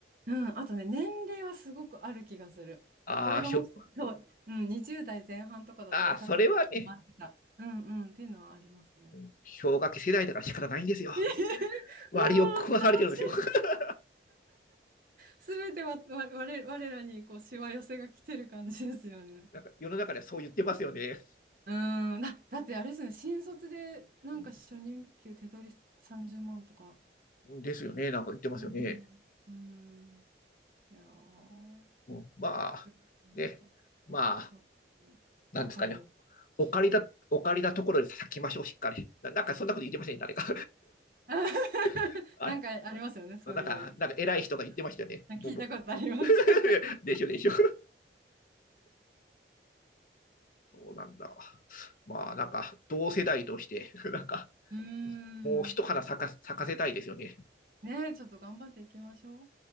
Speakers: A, on the right; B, on the left.
A: うん、あとね、年齢はすごくある気がする。
B: ああ、
A: これがもし、
B: ひょ、
A: そう、うん、20代前半とかだったらサクッと決まってた。
B: ああ、それはね、
A: うんうん、っていうのはありますね。
B: うん氷河期世代だから仕方ないんですよ。
A: <laughs> もう悲しい。
B: 割を食わされてるんですよ。<laughs>
A: すべては、わ、我々、我らにこう、しわ寄せが来てる感じですよね。
B: なんか世の中ではそう言ってますよね。
A: うーん、だ、だってあれですよね、新卒でなんか初任給手取り30万とか。
B: うんですよね。なんか言ってますよね。
A: うん。うん。いやー、
B: うんまあ、
A: びっくりしました。
B: ね、まあ、
A: そう。
B: なんですかね。
A: わかりま
B: お借りだ、
A: す。うん
B: お借りだところで咲きましょう、しっかり。な、なんかそんなこと言ってませんね、誰か。
A: <laughs>
B: <laughs> あ
A: なんかありますよね、そういう言い方。
B: れなんか、なんか偉い人が言ってましたよね。
A: 聞いたことあります。
B: もう僕 <laughs>
A: <laughs>
B: でしょでしょ。そうなんだ。まあ、なんか、同世代として、なんか、
A: うー
B: もう一花咲か咲かせたいですよね。
A: ん。ね、ちょっと頑張っていきましょう。